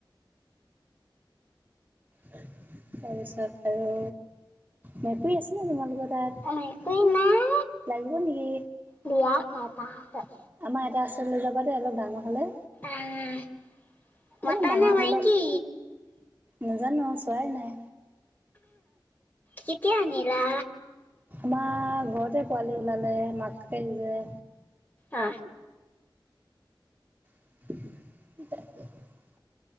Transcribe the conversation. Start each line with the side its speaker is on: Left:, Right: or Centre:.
Right: তাৰপিছত আৰু মেকুৰী আছে ন তোমালোকৰ তাত
Left: মেকুৰী নাই
Right: লাগিব নেকি?
Left: বিয়া <unintelligible>
Right: আমাৰ এটা আছে লৈ যাবা দে অলপ ডাঙৰ হলে।
Left: আহ মতা
Right: অকণমান ডাঙৰ
Left: নে মাইকি?
Right: হৈ লওক নাজানো চোৱাই নাই
Left: কেতিয়া আনিলা?
Right: আমাৰ ঘৰতে পোৱালি ওলালে মাকাকে সজে।
Left: অ
Right: ন